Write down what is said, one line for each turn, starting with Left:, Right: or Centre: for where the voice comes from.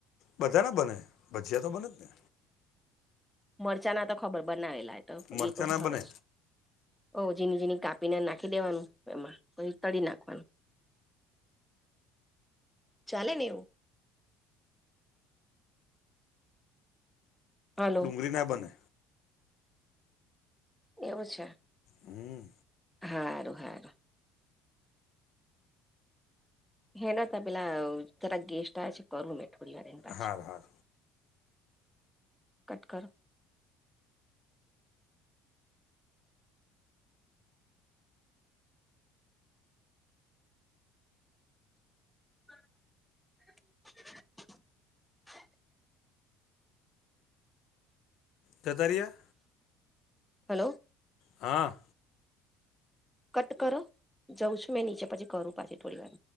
Left: બધાને બને ભજીયા તો બને જ ને.
Centre: મરચાં ના તો ખબર બનાવેલા તો
Left: મરચાં
Centre: એ તો ભાવે
Left: ના બને
Centre: છે. ઓ ઝીનીની કાપીને નાખી દેવાનું એમાં પછી તળી નાખવાનું ચાલે નેવુ હલો
Left: ડુંગળી ના બને
Centre: એવું છે.
Left: હમ્મ.
Centre: હાારું હારું. હેના ત પેલા તરા ગેસ્ટ આવ છે કરું મેં થોડી વાર એ પાછી.
Left: હાર હાર
Centre: કટ કરો. <inaudible>
Left: દતરિયા.
Centre: હલો.
Left: હા.
Centre: કટ કરો. જઉં છું મેં નીચે પછી કરું પાછી થોડી વાર.